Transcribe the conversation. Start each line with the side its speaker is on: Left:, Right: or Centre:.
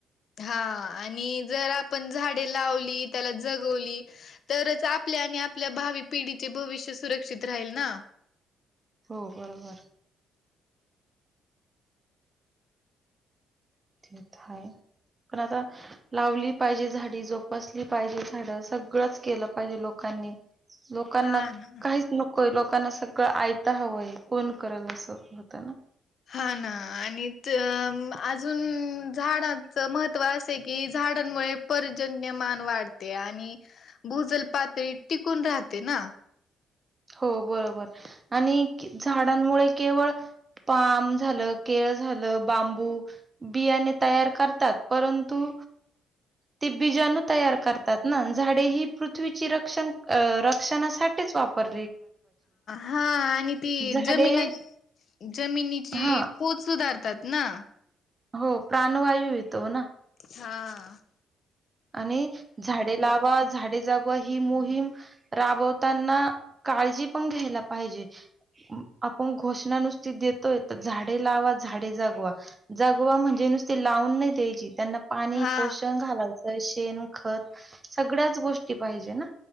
Left: हा आणि जर आपण झाडे लावली त्याला जगवली तरच आपल्या आणि आपल्या भावी पिढीचे भविष्य सुरक्षित राहील ना.
Right: हो बरोबर. ते तर आहे पण आता लावली पाहिजे झाडी जोपासली पाहिजे झाड सगळंच केलं पाहिजे लोकांनी. लोकांना
Left: हा ना.
Right: काहीच नको आहे लोकांना पण सगळं ऐता हवंय कोण करल असं होतं ना?
Left: हा ना आणि त अम, अजून झाडांच महत्त्व असे कि झाडांमुळे पर्जन्यमान वाढते आणि भूजल पातळी टिकून राहते ना.
Right: हो बरोबर. आणि झाडांमुळे केवळ पाम झालं केळ झालं बांबू बियाणे तयार करतात परंतु ते बीजणू तयार करतात ना झाडे ही पृथ्वीची रक्षणासाठीच वापर
Left: हा आणि ती
Right: झाडे
Left: जमिना जमिनीची
Right: हां,
Left: पोत सुधार तात ना.
Right: हो प्राणवायू येतो ना.
Left: हा.
Right: आणि झाडे लावा झाडे जगवा ही मोहीम राबवताना काळजी पण घ्यायला पाहिजे आपण घोषणा नुसती देतोय तर झाडे लावा झाडे जगवा जगवा म्हणजे नुसती लावून नाही द्यायची. त्यांना पाणी
Left: हा
Right: पोषण घालायचं. शेण खत सगळ्याच गोष्टी पाहिजे ना.